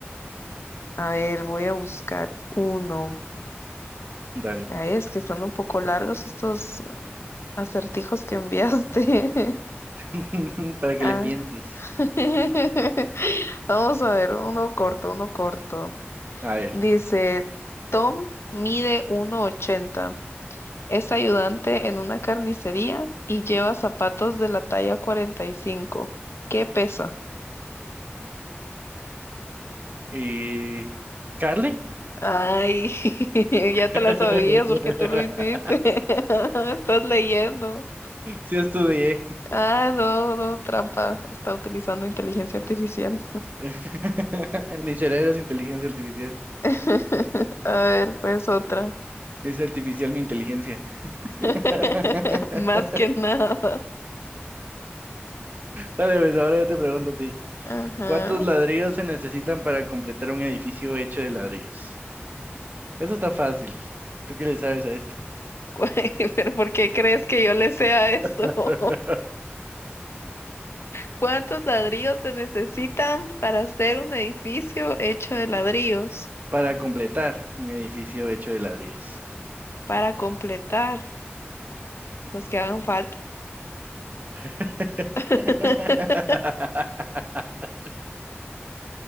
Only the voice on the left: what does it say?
A ver, voy a buscar uno.
Ay, es que están un poco largos estos acertijos que enviaste. <laughs>
Ah.
<laughs> Vamos a ver, uno corto, uno corto.
Dice, Tom mide uno ochenta, Es ayudante en una carnicería y lleva zapatos de la talla 45. ¿Qué pesa?
Ay, <laughs> ya te
la sabías porque tú lo hiciste. <laughs> Estás leyendo.
Ah, no, no, trampa. Está utilizando inteligencia artificial.
<laughs> A ver, pues otra.
<laughs> Más que nada.
Ajá.
Güey, <laughs> Pero ¿por qué crees que yo le sea eso?
<laughs> ¿Cuántos ladrillos se necesitan para hacer un edificio hecho de ladrillos?
Para completar los que hagan falta.
<laughs>